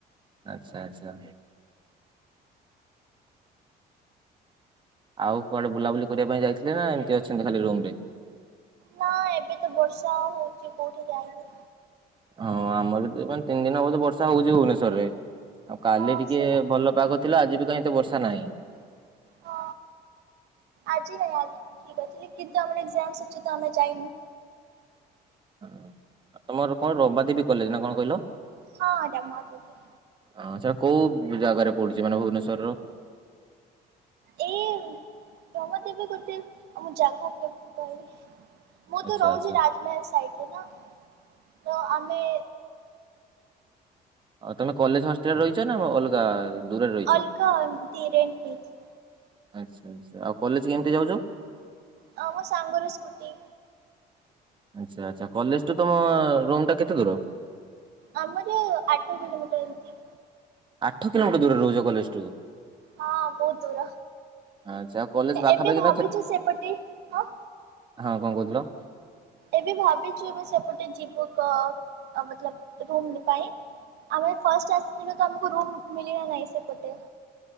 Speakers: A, on the right; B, on the right.
A: ଆଚ୍ଛା ଆଚ୍ଛା। ଆଉ କୁଆଡ଼େ ବୁଲାବୁଲି କରିବା ପାଇଁ ଯାଇଥିଲେନା ଏମିତି ଅଛନ୍ତି ଖାଲି ରୁମରେ?
B: ନା ଏବେତ ବର୍ଷା ହଉଚି କୋଉଠି ଯାଇନି
A: ହଁ ଆମରବି ମାନେ ତିନି ଦିନ ହବ ବର୍ଷା ହଉଚି ଭୁବନେଶ୍ୱରରେ ଆଉ କାଲି
B: ହଁ
A: ଟିକେ
B: ସେୟା
A: ଭଲ ପାଗ ଥିଲା ଆଜିବି କାହିଁ ଏତେ ବର୍ଷାନାହିଁ।
B: ହଁ ଆଜି ନାଇଁ ଆଜି ଠିକ୍ ଅଛି କିନ୍ତୁ ଆମର ଏକ୍ଜାମ୍ ଅଛିତ ଆମେ ଯାଇନୁ।
A: ହଁ ଆତମର କଁ ରମାଦିବି କଲେଜ୍ ନାକଣ କହିଲ?
B: ହଁ ରମାଦେବି।
A: ହଁ ସେଟା କୋଉ ଜାଗାରେ ପଡ଼ୁଚି ମାନେ ଭୁବନେଶ୍ଵରର?
B: ଏଇ ରମାଦେବୀ ଗୋଟେ ଆମ ଜାଗା କେମିତି କହିବି। ମୁଁ
A: ଆଚ୍ଛା
B: ତ ରହୁଚି
A: ଆଚ୍ଛା।
B: ରାଜମେହଲ ସାଇଟିରେନା ତଆମେ
A: ଆଉ ତମେ କଲେଜ୍ ହଷ୍ଟେଲରେ ରହିଚନା ଅଲଗା? ଦୂରରେ ରହିଛ?
B: ଅଲଗା ଏମିତି ରେଣ୍ଟ ନେଇଚି।
A: ଆଚ୍ଛା ଆଚ୍ଛା ଆଉ କଲେଜ୍ କେମିତି ଯାଉଚ?
B: ହଁ ମୋସାଙ୍ଗରୁ ସ୍କୁଟି।
A: ଆଚ୍ଛା ଆଚ୍ଛା କଲେଜେଠୁ ତମ ରୁମଟା କେତେ ଦୂର?
B: ଆମର ଆଠ କିଲୋମିଟର୍ ଏମିତି।
A: ଆଠ କିଲୋମିଟର୍ ଦୂରରେ ରହୁଚ କଲେଜଠୁ?
B: ହଁ ବହୁତ୍ ଦୂର
A: ଆଚ୍ଛା ଆଉ କଲେଜ ପାଖାପାଖି
B: ଏବେ ଭାବିଚୁ ସେପଟେ ଆଁ
A: ଆଉ କଁ କହୁଥିଲ?
B: ଏବେ ଭାବିଚି ଏବେ ସେପଟେ ଯିବୁ କ ମତଲବ ରୁମ୍ ପାଇଁ। ଆମେ ଫାଷ୍ଟ ଆସିଥିଲୁ ତଆମକୁ ରୁମ୍ ମିଳିଲା ନାହିଁ ସେପଟେ।